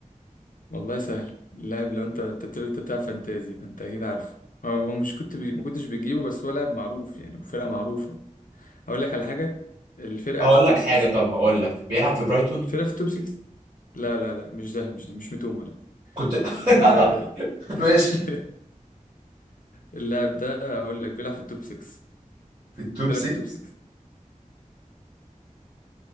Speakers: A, on the left (about 85°); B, on the right (about 35°).
A: والله سهل اللاعب لو انت انت بتقول انت بتلعب فانتازي فانت اكيد عارفه هو هو مش كنت بي... ما كنتش بتجيبه بس هو لاعب معروف يعني وفرقة معروفة اقول لك على حاجة الفرقة
B: هقول
A: في التوب
B: لك
A: 6
B: حاجة طب هقول لك بيلعب في برايتون
A: الفرقة في التوب 6 لا لا لا مش ده مش ده مش متومة لا
B: كنت
A: أه...
B: <laughs>
A: <laughs>
B: ماشي
A: اللاعب ده هقول لك بيلعب في التوب 6
B: في التوب
A: فرقة
B: 6
A: في التوب 6